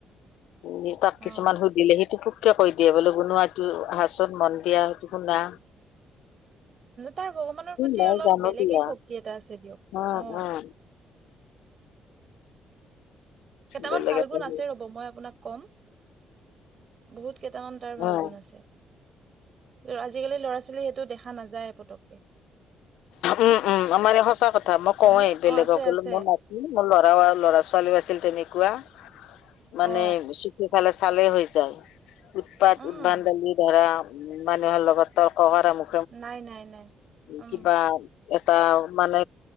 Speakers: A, on the left; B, on the right.
A: উম দেউতাক কিছুমান
B: অ
A: সুধিলেহে সেটোটো কিয় কৈ দিয়ে বোলো বুনোৱা এইটো আহাচত, মন দিয়া, সেইটো শুনা
B: তাৰ ভগৱানৰ প্ৰতি
A: মই
B: অলপ
A: জানো
B: বেলেগে
A: দিয়া
B: ভক্তি এটা আছে দিয়ক
A: উম
B: অ
A: উম
B: কেইটামান
A: বেলেগ
B: ভাল
A: এটা
B: গুণ আছে
A: হেৰি।
B: ৰ'ব মই আপোনাক ক'ম বহুত কেটামান তাৰ ভাল
A: উম,
B: গুণ আছে আজিকালি ল'ৰা-ছোৱালী সেইটো দেখা নাযায় পতককে
A: উম উম আমাৰ এই সঁচা কথা মই
B: হয়নে
A: কওঁৱেই বেলেগক
B: অ আছে
A: বোলো
B: আছে
A: মন নাই উ মোৰ লৰা ল'ৰা-ছোৱালীও আছিল তেনেকুৱা মানে
B: অ
A: বে সিফালে চালে হৈ যায় উৎপাত,
B: উম
A: উদ্ভান্ডালি ধৰা উম মানুহৰ লগত তৰ্ক কৰা মু
B: নাই নাই নাই উম
A: কিবা এটাও মানে